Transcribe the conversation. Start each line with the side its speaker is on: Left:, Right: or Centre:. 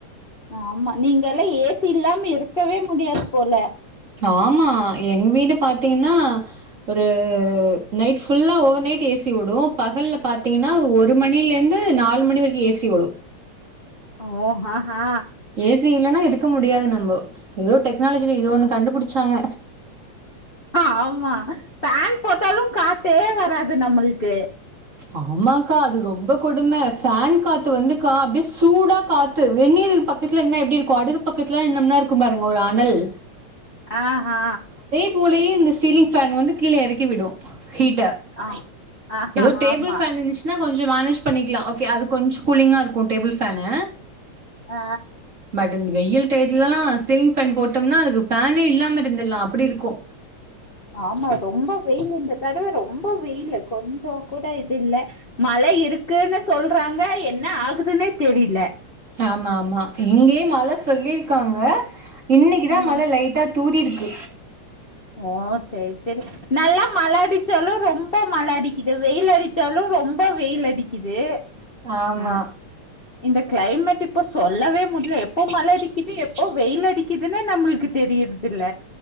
Left: ஆமா நீங்கல்லா ஏசி இல்லாம இருக்கவே முடியாது போல
Right: ஆமா எங்க வீடு பாத்தீங்கன்னா ஒரு நைட் ஃபுல்லா ஓவர் நைட் ஏ சி ஓடு பகல்ல பாத்தீங்கன்னா ஒரு ஒரு மணிலேருந்து நாலு மணிவரைக்கு ஏ சி ஓடு
Left: ஓ ஹா ஹா
Right: ஏ சி இல்லனா இருக்க முடியாது நம்போ ஏதோ டெக்னாலஜில இது ஒன்னு கண்டுபுடிச்சாங்க
Left: ஆமா ஃபேன் போட்டாலு காத்தே வராது நம்மள்க்கு
Right: ஆமாக்கா அது ரொம்ப கொடும ஃபேன் காத்து வந்துக்கா அப்டே சூடா காத் து வெந்நீர் பக்கத்துல நின்னா எப்டி இருக்கு அடுப்பு பக்கத்துல நின்னா எப்டி இருக்கும் பாருங்க ஒரு அனல்
Left: ஆ ஹா
Right: இது போலயே இந்த சீலிங் ஃபேன் வந்து கீழ எறக்கிவிடு ஹீட்ட
Left: ஆ ஆஹா
Right: ஏதோ டேபிள்
Left: ஆமா
Right: ஃபேன் இருந்துச்சுன்னா கொஞ்ச மேனேஜ் பண்ணிக்கலா ஓகே அது கொஞ்ச கூலிங்கா இருக்கும் டேபிள் ஃபேனு
Left: ஆ
Right: பட் இந்த வெயில் டையத்துலல்லா சீலிங் ஃபேன் போட்டோம்னா அதுக்கு ஃபேனே இல்லாம இருந்துல்லா அப்டி இருக்கு
Left: ஆமா ரொம்ப வெயிலு இந்த தடவ ரொம்ப வெயிலு கொஞ்ச கூட இது இல்ல மழை இருக்குன்னு சொல்றாங்க என்ன ஆகுதுன்னே தெரில
Right: ஆமா ஆமா இங்கேயே மழ சொல்லிருக்காங்க இன்னைக்குதா
Left: ம்
Right: மழ லைட் டா தூரிருக்கு
Left: ஓ செரி செரி நல்லா மழ அடிச்சாலு ரொம்ப மழ அடிக்குது வெயில் அடிச்சாலு ரொம்ப வெயில் அடிக்குது
Right: ஆமா
Left: ஆ இந்த கிளைமேட் இப்ப சொல்லவே முடில எப்போ மழ அடிக்குது எப் போ வெயில் அடிக்குதுன்னே நம்மளுக்கு தெரியற்து இல்ல